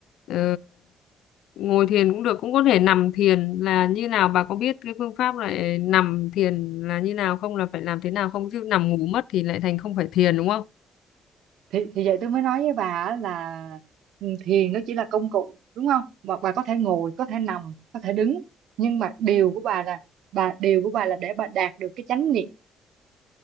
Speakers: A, on the left; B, on the right.
A: Ờ, ngồi thiền cũng được cũng có thể nằm thiền là như nào bà có biết cái phương pháp lại nằm thiền là như nào không là phải làm thế nào không chứ nằm ngủ mất thì lại thành không phải thiền đúng không
B: thì, thì vậy tôi mới nói với bà á là ừ, thiền nó chỉ là công cụ đúng không mà bà có thể ngồi có thể nằm có thể đứng nhưng mà điều của bà là bà điều của bà là để bà đạt được cái chánh niệm